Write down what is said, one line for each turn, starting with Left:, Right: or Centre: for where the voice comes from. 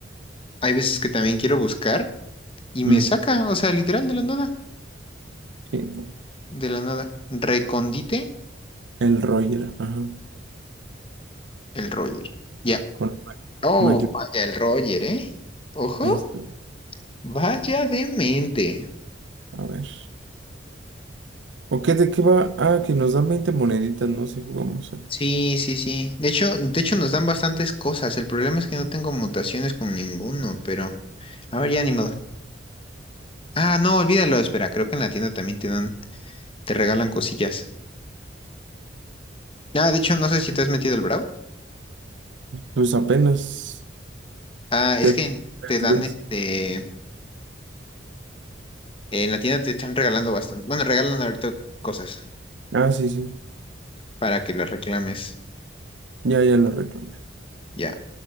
Left: Hay veces que también quiero buscar y
Right: mm,
Left: me saca, o sea, literal de la nada.
Right: sí,
Left: De la nada. Recondite
Right: El Roger, ajá.
Left: el Roger. Ya.
Right: Con
Left: Oh,
Right: mayúscula.
Left: vaya el Roger, ¿eh? Ojo,
Right: Ahí está.
Left: vaya demente.
Right: A ver. ¿O qué de qué va? Ah, que nos dan 20 moneditas, ¿no? Si jugamos. eh.
Left: Sí, sí, sí. De hecho, de hecho nos dan bastantes cosas. El problema es que no tengo mutaciones con ninguno, pero a ver, ya ni modo. Ah, no, olvídalo, espera, creo que en la tienda también te dan, te regalan cosillas. Ah, de hecho, no sé si te has metido el Brawl.
Right: Pues apenas.
Left: Ah, es
Right: pues,
Left: que
Right: ya tres
Left: te dan
Right: días.
Left: este, en la tienda te están regalando bastante. Bueno, regalan ahorita cosas
Right: Ah, sí, sí.
Left: para que las reclames.
Right: Ya, ya lo reclamé.
Left: Ya,